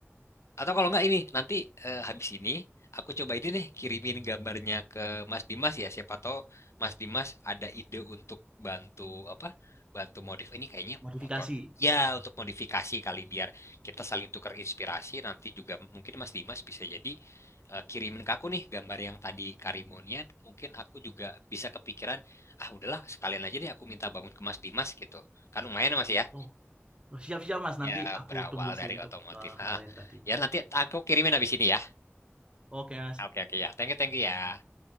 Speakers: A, on the left; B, on the right.
A: Atau kalau nggak ini nanti eh, habis ini aku coba ini deh kirimin gambarnya ke Mas Dimas ya. Siapa tahu Mas Dimas ada ide untuk bantu apa? Bantu modif ini kayaknya
B: Modifikasi.
A: motor. Ya untuk modifikasi kali biar kita saling tukar inspirasi. Nanti juga mungkin Mas Dimas bisa jadi eh, kirimin ke aku nih gambar yang tadi Karimunnya. Mungkin aku juga bisa kepikiran ah udahlah sekalian aja deh aku minta bangun ke Mas Dimas gitu. Kan lumayan ya, Mas ya.
B: Oh, oh, siap-siap Mas, nanti
A: Ya
B: aku
A: berawal
B: tunggu
A: dari
B: sih untuk
A: otomotif.
B: eh,
A: Ah,
B: hal yang tadi.
A: ya nanti aku kirimin habis ini ya.
B: Oke Mas,
A: Ah, Oke, oke ya. Thank you, thank you ya.